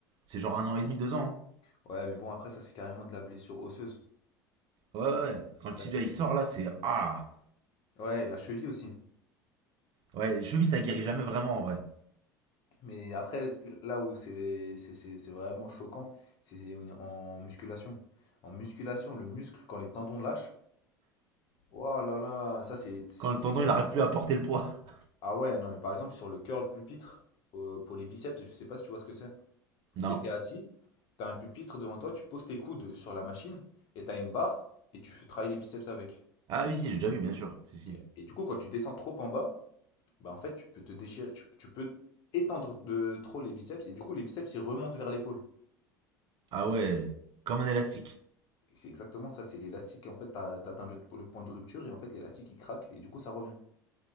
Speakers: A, on the right; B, on the left.
A: C'est genre un an et demi, deux ans.
B: Ouais, mais bon, après, ça, c'est carrément de la blessure osseuse.
A: hein. Ouais, ouais. ouais. Quand le
B: Ça,
A: tibia
B: c'est...
A: il sort là, c'est. Ah
B: Ouais, la cheville aussi.
A: Ouais, les chevilles ça guérit jamais vraiment en vrai.
B: Mais après, c'est- là où c'est c'est- c'est- c'est vraiment choquant, c'est en en musculation. En musculation, le muscle, quand les tendons lâchent, Oh là là, ça c'est... c'est-
A: Quand
B: C'est
A: le tendon
B: que
A: il
B: c'est-
A: arrive plus à porter le poids. <laughs>
B: Ah ouais, non mais par exemple sur le curl pupitre, euh, pour les biceps, je sais pas si tu vois ce que c'est.
A: Non.
B: C'est t'es assis, t'as un pupitre devant toi, tu poses tes coudes sur la machine, et t'as une barre, et tu fais travailler les biceps avec.
A: Ah oui, si, j'ai déjà vu, bien sûr. Si, si.
B: Ok. Et du coup, quand tu descends trop en bas, bah en fait tu peux te déchirer, tu, tu peux étendre de trop les biceps, et du coup les biceps ils remontent vers l'épaule.
A: Ah ouais. Comme un élastique.
B: Et C'est exactement ça, c'est l'élastique, en fait t'as, t'as atteint le, le point de rupture, et en fait l'élastique il craque, et du coup ça revient.